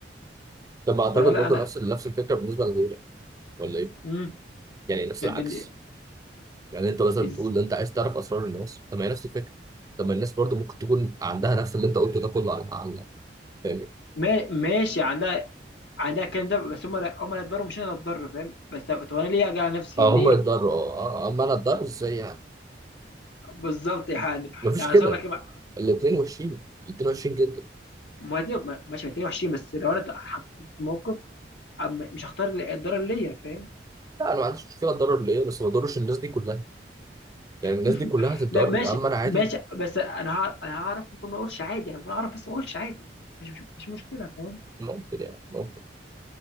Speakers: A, on the right; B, on the left.
A: لما اعتقد
B: فانا لا
A: برضه
B: انا
A: نفس نفس الفكره بالنسبه لغيرك ولا ايه؟
B: امم
A: يعني نفس
B: بال...
A: العكس يعني انت مثلا
B: إز...
A: بتقول ان انت عايز تعرف اسرار الناس طب ما هي نفس الفكره طب ما الناس برضه ممكن تكون عندها نفس اللي انت قلته ده كله عن عنك يعني
B: ما... ماشي عندها عندها الكلام ده بس هم لا هم لا اتضروا مش انا اللي اتضر فاهم بس طب طب انا ليه اجي على نفسي
A: اه
B: ليه
A: هم يتضروا اه آه، آه، اما انا اتضرر ازاي يعني؟
B: بالظبط يعني
A: مفيش
B: يعني
A: كده
B: صار لك إيه؟ ما
A: الاثنين وحشين الاثنين وحشين جدا
B: ما- ماشي ما 22 بس لو انا اتحطيت في موقف أم مش هختار الدار اللي الضرر ليا فاهم
A: لا انا ما عنديش مشكله اتضرر ليه بس ما اضرش الناس دي كلها يعني الناس
B: <laughs>
A: دي كلها هتتضرر
B: لا ماشي
A: اما انا عادي
B: ماشي بس انا هع- انا هعرف ممكن ما اقولش عادي يعني ممكن اعرف بس ما اقولش عادي مش مش, مش مشكله فاهم
A: ممكن يعني ممكن